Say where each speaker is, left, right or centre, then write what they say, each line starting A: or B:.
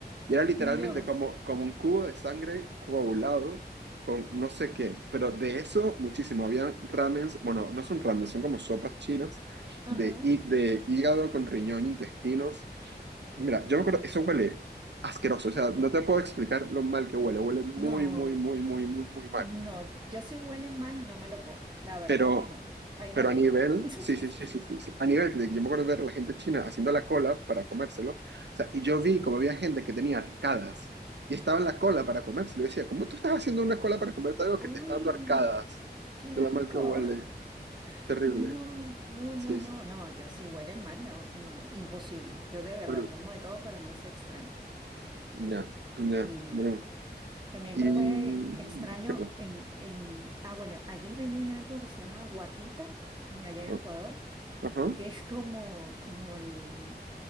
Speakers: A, on the right; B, on the right.
A: Y era literalmente
B: Dios.
A: como, como un cubo de sangre coagulado con no sé qué. Pero de eso muchísimo. Había ramens, bueno, no son ramens, son como sopas chinas
B: Ajá.
A: de, hí- de hígado con riñón, intestinos. Mira, yo me acuerdo, eso huele asqueroso, o sea, no te puedo explicar lo mal que huele, huele muy,
B: No,
A: muy, muy, muy, muy, muy mal.
B: No, yo si huele mal no me lo como, la verdad
A: Pero,
B: que no, ahí
A: pero
B: no llego.
A: a nivel,
B: <laughs>
A: sí, sí, sí, sí, sí, sí. a nivel de que yo me acuerdo de ver a la gente china haciendo la cola para comérselo, o sea, y yo vi como había gente que tenía arcadas y estaba en la cola para comérselo, y decía, ¿cómo tú estás haciendo una cola para comerte algo que
B: Uy,
A: te está dando arcadas?
B: qué
A: De
B: asco.
A: lo mal que huele,
B: <laughs>
A: terrible,
B: No, no, no,
A: sí,
B: no,
A: sí,
B: no, yo si huele mal, no, no, imposible. Yo de verdad
A: pero
B: como de todo, pero no es extremo.
A: ya, ya,
B: No.
A: bueno.
B: También
A: ¿Y
B: probé extraño
A: qué pasa?
B: en, en, ah, bueno, allí venden algo que se llama guatita, en allá
A: Oh,
B: en Ecuador,
A: Ajá.
B: que es como, como el,